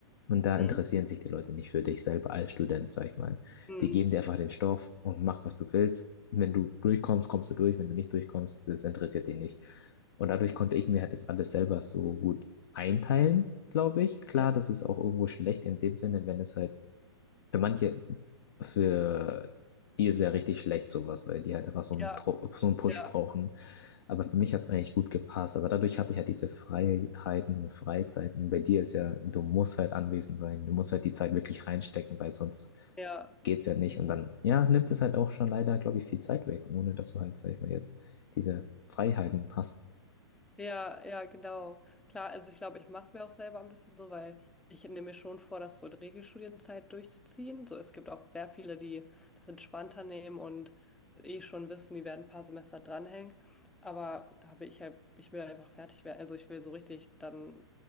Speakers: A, on the left; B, in the centre.
A: und da
B: Hm?
A: interessieren sich die Leute nicht für dich selber als Student, sag ich mal.
B: Hm.
A: Die geben dir einfach den Stoff und mach, was du willst. Wenn du durchkommst, kommst du durch. Wenn du nicht durchkommst, das interessiert die nicht. Und dadurch konnte ich mir halt das alles selber so gut einteilen glaube ich. Klar,
B: Ja,
A: das ist auch irgendwo schlecht in dem Sinne, wenn es halt für manche, für die ist ja richtig schlecht sowas, weil die halt einfach so einen,
B: ja,
A: Dro- so einen Push
B: ja,
A: brauchen. Aber für mich hat es eigentlich gut gepasst. Aber dadurch hatte ich halt diese Freiheiten und Freizeiten. Bei dir ist ja, du musst halt anwesend sein. Du musst halt die Zeit wirklich reinstecken, weil sonst
B: ja.
A: geht's ja nicht. Und dann, ja, nimmt es halt auch schon leider, glaube ich, viel Zeit weg, ohne dass du halt, sag ich mal, jetzt diese Freiheiten hast.
B: Ja, ja, genau. Klar, also ich glaube, ich mache es mir auch selber ein bisschen so, weil ich nehme mir schon vor, das so in Regelstudienzeit durchzuziehen. So, es gibt auch sehr viele, die das entspannter nehmen und äh, eh schon wissen, die werden ein paar Semester dranhängen. Aber da habe ich halt, ich will einfach fertig werden. Also ich will so richtig dann